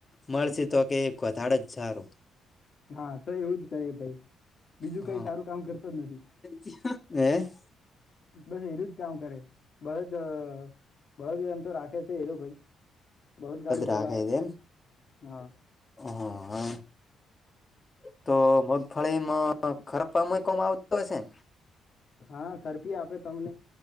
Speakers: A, on the left (about 30°); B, on the left (about 50°).
A: મળશે તો કે વધારે જ સારું
B: હા તો એવું જ કરી ભાઈ બીજું
A: અરે
B: કઈ સારું કામ કરતો જ નથી
A: ગયો. એ
B: બસ એરું જ કામ કરે બળદ બળદ એમ તો રાખે છે એરો ભાઈ બળદ ગાડું ચલાવે
A: રાખે છે એમ
B: હા
A: હા તો મગફળીમાં ખરાબ પામય કોવામાં આવતું હશે
B: હા ખરપી આપે તમને